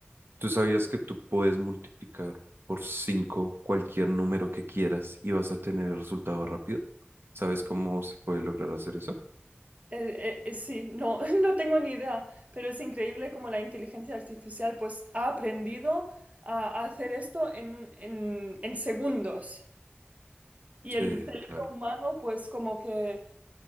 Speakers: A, on the right (about 65°); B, on the right (about 35°).
A: ¿Tú sabías que tú puedes multiplicar por 5 cualquier número que quieras y vas a tener el resultado rápido? ¿Sabes cómo se puede lograr hacer eso?
B: Eh, eh, sí, no, <laughs> no tengo ni idea, pero es increíble cómo la inteligencia artificial pues ha aprendido a, a hacer esto en, en, en segundos. Y
A: Sí,
B: el cerebro
A: claro.
B: humano, pues como que